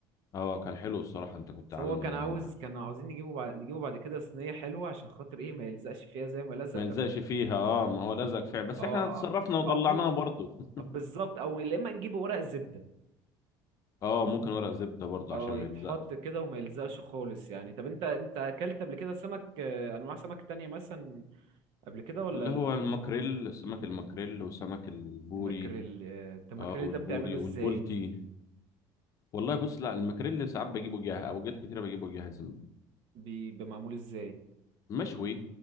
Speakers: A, on the left; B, on the right.
A: اه كان حلو الصراحه انت كنت
B: بس
A: عامله
B: هو كان
A: لما
B: عاوز كانوا عاوزين نجيبه بعد نجيبه بعد كده صينيه حلوه عشان خاطر ايه ما يلزقش فيها زي ما لزق
A: ما يلزقش
B: قبل
A: فيها اه ما هو لزق فعلا بس
B: اه
A: احنا اتصرفنا وطلعناها
B: او مم...
A: برضو <laughs>
B: بالظبط او يا اما نجيب ورق زبده
A: اه ممكن ورق زبده برضو
B: اه
A: عشان ما
B: يتحط
A: يلزقش
B: كده وما يلزقش خالص يعني طب انت انت اكلت قبل كده سمك آه، انواع سمك تانية مثلا قبل كده ولا
A: اللي
B: ال-
A: هو الماكريل سمك الماكريل وسمك البوري
B: الماكريل آه، انت الماكريل
A: اه والبوري
B: ده بتعمله ازاي
A: والبولتي والله بص لا المكريل ساعات بجيبه جاهز اوجات كتيره بجيبه جاهز
B: بي- بيبقى معمول ازاي
A: مشوي